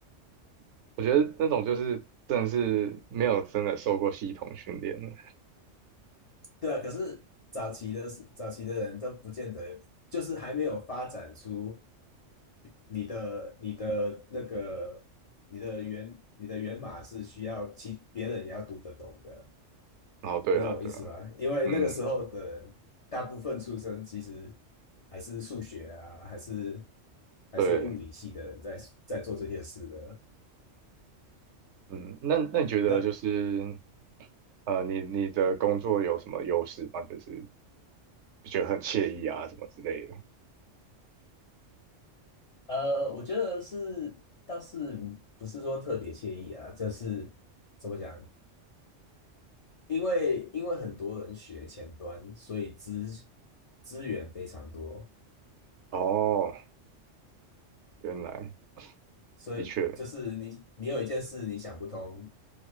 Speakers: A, on the right; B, on the left.
A: <laughs> 我觉得那种就是真的是没有真的受过系统训练的。
B: <laughs> 对啊，可是早期的是早期的人都不见得，就是还没有发展出你的你的那个你的源你的源码是需要其别人也要读得懂的。
A: 然后对啊，
B: 你懂我意思吗？
A: 对啊，
B: 因为那个时候的人大部分出生其实
A: 嗯，
B: 还是数学啊，还是还是物理系的人在在做这些事的。
A: 对，嗯，那那你觉得就是
B: 那
A: 呃，你你的工作有什么优势吗？就是觉得很惬意啊什么之类的。
B: 呃，我觉得是倒是不是说特别惬意啊，就是怎么讲？因为因为很多人学前端，所以资资源非常多，
A: 哦，原来
B: 所以就是你你有一件事你想不通，
A: 的确。